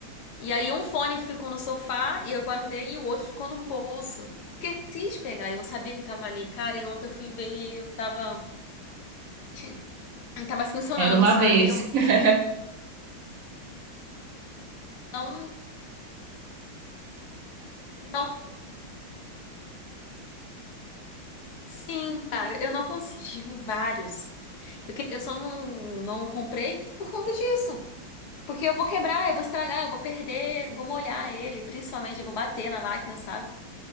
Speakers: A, on the left (about 55°); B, on the right (about 50°).
A: E aí um fone ficou no sofá e eu guardei e o outro ficou no bolso. Esqueci de pegar, eu sabia que tava ali. Cara, e ontem eu fui ver e eu tava. Tchim, não tá mais funcionando,
B: Era uma
A: sabe?
B: vez.
A: E Eu
B: <laughs>
A: não, não. Sim, cara, eu não consegui. Tive vários. Eu, que- eu só não, não comprei por conta disso. Porque eu vou quebrar, eu vou estragar, eu vou perder, vou molhar ele, principalmente, eu vou bater na máquina, sabe?